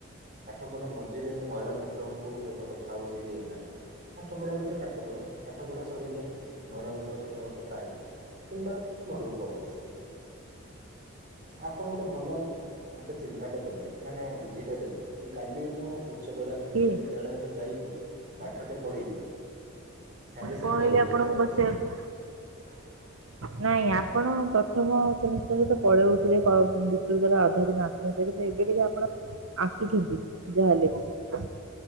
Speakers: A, on the right; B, on the right.
A: ପାଠପଢ଼ା ମଝିରେ ମୁଁ ମହିଳା ମିତ୍ରଙ୍କୁ ସହିତ କଥା ହେଉଛି କି ନାହିଁ। ପାଠପଢ଼ା ଭିତରେ ପାଠ ପଢ଼ା ପାଠ ପଢ଼ା ସରିଲେ ମହିଳା ମିତ୍ରଙ୍କ ସହିତ କଥା ହେବି। କିମ୍ବା ଘରକୁ ପଳେଇ ଆସିବି। ଆପଣ ଗୋଟେ ଭଲ ମୋତେ ଚିନ୍ତାଟା ଦେଲେ, ମାନେ ବୁଦ୍ଧିଟା ଦେଲେ। କି କାଲି ମୁଁ ଉଚ୍ଚ ବେଳା ଉଚ୍ଚ
B: କିଏ?
A: ବିଦ୍ୟାଳୟକୁ ଯାଇକି ପାଠଟେ ପଢ଼ିକି ସାଙ୍ଗେ ସାଙ୍ଗେ
B: କହିଲେ
A: ଘରକୁ
B: ଆପଣଙ୍କୁ
A: ଟିକେ ପଳେଇ
B: ବସେଇବାକୁ।
A: ଆସିବି। <inaudible>
B: ନାଇଁ ଆପଣ ପ୍ରଥମ ସେମିଷ୍ଟାର ରେ ତ ପଳଉଥିଲେ ବିଶ୍ୱବିଦ୍ୟାଳୟ ଅଧା ଦିନ ଦେଖନ୍ତୁ ଏବେ ଟିକେ ଆପଣ ଆସୁଛନ୍ତି ଯାହାହେଲେ ବି